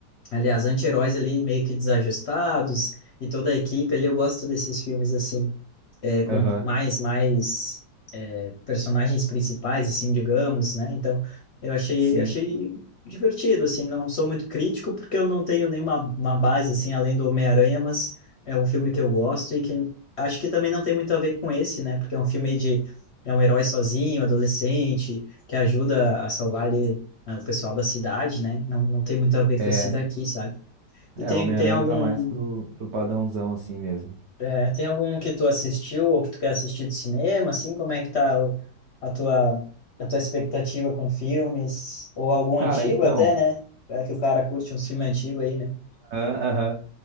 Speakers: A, on the left; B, on the right.
A: aliás, anti-heróis ali, meio que desajustados e toda a equipe ali, eu gosto desses filmes, assim, é, com
B: aham,
A: mais, mais personagens principais, assim, digamos, né? Então, eu achei,
B: sim.
A: achei divertido, assim, não sou muito crítico porque eu não tenho nenhuma uma base, assim, além do Homem-Aranha, mas é um filme que eu gosto e que acho que também não tem muito a ver com esse, né? Porque é um filme de... é um herói sozinho, adolescente, que ajuda a salvar ali, né, o pessoal da cidade, né? Não, não tem muito a ver
B: É,
A: com esse daqui, sabe?
B: é,
A: E tem,
B: o Homem-Aranha
A: tem algum
B: ele vai mais pro, pro padrãozão assim mesmo.
A: é, tem algum que tu assistiu ou que tu quer assistir do cinema, assim? Como é que tá o- a tua, a tua expectativa com filmes? Ou algum
B: Cara,
A: antigo
B: então.
A: até, né? É que o cara curte uns filmes antigos aí, né?
B: aham, aham.